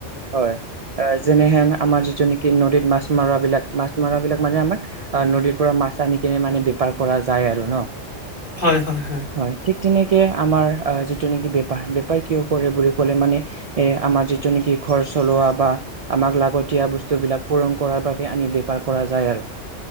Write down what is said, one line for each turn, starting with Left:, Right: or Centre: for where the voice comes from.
Right: হয়, অ যেনেহেন আমাৰ যিটো নেকি নদীত মাছ মাৰ বিলাক মাছ মাৰ বিলাক মানে আমাৰ অ নদীৰ পৰা মাছ আনি কিনে মানে বেপাৰ কৰা যায় আৰু ন।
Left: হয় হয় হয়।
Right: হয়, ঠিক তেনেকে আমাৰ যিটো নেকি বেপাৰ বেপাৰ কিয় কৰে বুলি ক'লে মানে এ আমাৰ যিটো নেকি ঘৰ চলোৱা বা আমাক লাগতিয়া বস্তু বিলাক পূৰণ কৰাৰ বাবে আমি বপাৰ কৰা যায় আৰু।